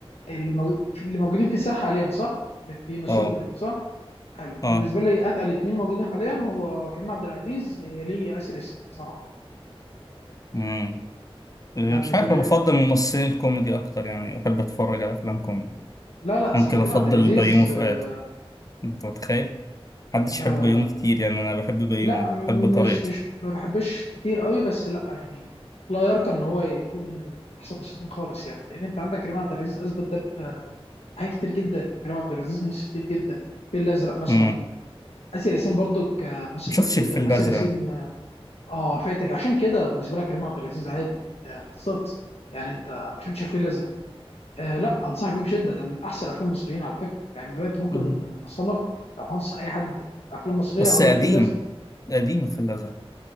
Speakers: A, on the left; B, on the left.
A: المو... في- اللي موجودين في الساحه حاليا صح اللي بيمثلوا
B: أه
A: اوريدي صح حلو
B: أه
A: انا بالنسبه لي اتقل اتنين موجودين حاليا هو كريم عبد العزيز هي لي ياسر ياسين صراحه
B: أمم. إيه،
A: ده بالنسبه
B: مش عارف
A: لي
B: أنا بفضل الممثلين الكوميدي أكتر يعني أحب أتفرج على أفلام كوميدي
A: لا لا اصلا
B: ممكن
A: كريم
B: أفضل
A: عبد العزيز
B: بيومي فؤاد
A: آه،
B: أنت متخيل؟ محدش
A: لا
B: يحب
A: لا
B: بيومي
A: لا
B: كتير يعني أنا بحب بيومي
A: لا
B: بحب طريقته
A: مش مش ما بحبش كتير قوي بس لا يعني لا يرقى ان هو يكون من احسن المسلسلين خالص يعني لان انت عندك كريم عبد العزيز اثبت ده ب- حاجات كتير جدا كريم عبد العزيز ممثل كتير جدا الفيل الازرق مثلا
B: أمم.
A: اسر ياسين برضو ممثل
B: مشفتش
A: كتير جدا
B: الفيل
A: اسر
B: الأزرق
A: ياسين اه فاتك عشان كده بالنسبه لك كريم عبد العزيز عادي آه، بالظبط يعني انت ما شفتش الفيل الازرق آه لا انصحك بيه بشده ده من احسن الافلام المصريين على فكره يعني دلوقتي ممكن
B: مم.
A: نصنف لو هنصح اي حد افلام مصريه
B: بس
A: هقول
B: قديم
A: له الفيل الازرق
B: قديم في الأزرق